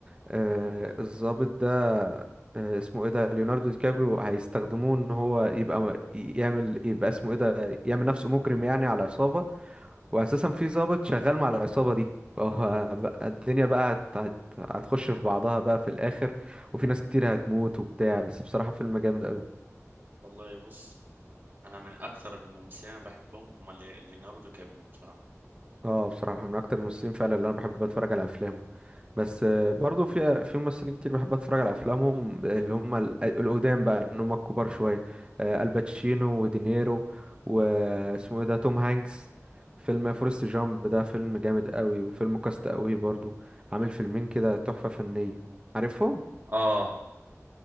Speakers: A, on the right (about 20°); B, on the right (about 40°).
A: آه الظابط ده آه اسمه ايه ده ليوناردو دي كابريو هيستخدموه ان هو يبقى م- يعمل يبقى اسمه ايه ده يعمل نفسه مجرم يعني على عصابة واساسا في ظابط شغال مع العصابة دي فهو بقى الدنيا بقى هت هت هتخش في بعضها بقى في الاخر وفي ناس كتير هتموت وبتاع بس بصراحة فيلم جامد قوي
B: والله بص انا من اكتر الممثلين اللي بحبهم هم لي- ليوناردو كابريو بصراحه
A: اه بصراحة من اكتر الممثلين فعلا اللي انا بحب اتفرج على افلامه بس آه، برضو في في ممثلين كتير بحب اتفرج على افلامهم اللي هم ال- القدام بقى اللي هم الكبار شويه آه، الباتشينو ودينيرو واسمه ايه ده توم هانكس فيلم فورست جامب ده فيلم جامد قوي وفيلم كاست قوي برضو عامل فيلمين كده تحفه فنيه عارفهم
B: اه